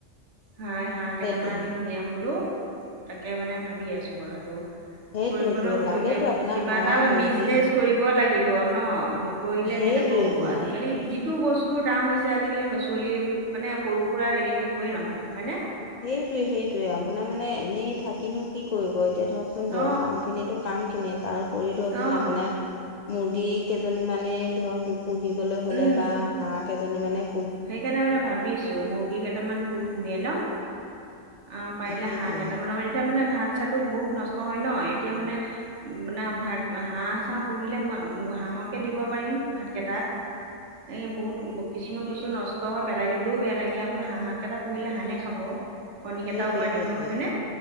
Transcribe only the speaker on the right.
হাই হাঁহ,
কেইটামান সুমিয়াম বোলো তাকে মানে ভাবি আছো কথাটো।
কৰিব
কিবা
এটা
বিজনেচ, কৰিব লাগিব ন। কৰিলে
কেনেকুৱা হ'ব আজি্ যি যিটো বস্তুৰ দাম হৈছে। আজিকালি ন'চলীলে মানে সৰু সুৰা হেৰিত একোৱেই নহয় হয়নে।
অ
অ
উম
সেইকাৰণে মানে ভাবিছো মুৰ্গী, কেইটামান পু সুমিয়াই ল'ম। আৰু পাৰিলে
হাঁহ, কেইটামানৰ এতিয়া মানে ভাত- চাতো বহুত নষ্ট হয় ন এতিয়া মানে। মানে ভাত হাঁহ, চাঁহ পুহিলে মই হাঁহকে, দিব পাৰিম ভাত, কেইটা।
এই বহুত কিছুমান বস্তু নষ্ট হয়। পেলাই দিবলৈও বেয়া লাগে আৰু বোলে হাঁহাক, এটা পুৰিলে হাঁহে, খাব। কণীকেইটাও,
পাৰিব
হয়নে।